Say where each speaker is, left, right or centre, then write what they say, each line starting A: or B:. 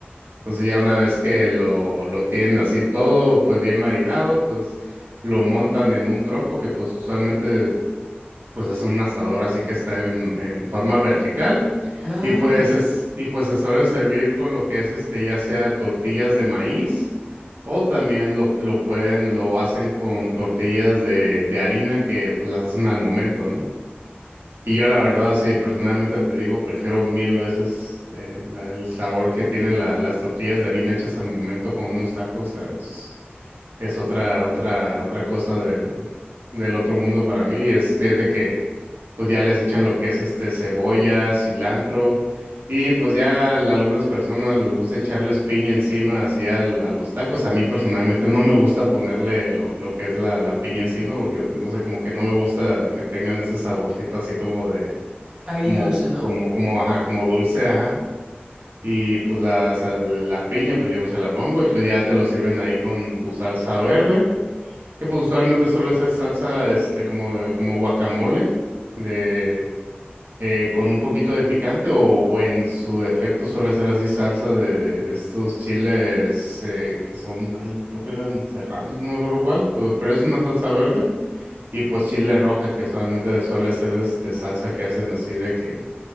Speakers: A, on the right; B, on the right.
A: Entonces ya una vez que lo, lo tienen así todo pues bien marinado, pues lo montan en un trompo que pues usualmente pues es un asador así que está en, en forma vertical
B: Ah,
A: y pues es, y pues se suele servir con lo que es este ya sea tortillas de maíz o también lo, lo pueden, lo hacen con tortillas de, de harina que pues las hacen al momento, ¿no? Y yo la verdad, sí, personalmente te digo, prefiero mil veces eh, la- el sabor que tienen la- las tortillas de harina hechas al momento con unos tacos. o sea, es, es otra, otra, otra cosa del, del otro mundo para mí. Y es desde que pues ya les echan lo que es este cebolla, cilantro. Y pues ya a algunas personas les gusta echarles piña encima así al- a los tacos. A mí personalmente no me gusta ponerle lo, lo que es la, la piña encima porque no sé, como que no me gusta que tengan ese saborcito así como de
B: agridulce,
A: como,
B: ¿no?
A: como, como, ajá, como dulce, ajá. Y pues la, o sea, la la piña, pues yo no se la pongo, y pues ya te lo sirven ahí con tu salsa verde, que pues usualmente suele ser salsa, este, como, de- como guacamole, de, eh, con un poquito de picante, o, o en su defecto suele ser así salsa de, de- de estos chiles, eh, que son, ahí creo que eran serranos, no me acuerdo cuál, pero pero es una salsa verde. Y pues chile roja, que usualmente suele ser este salsa que hacen así de que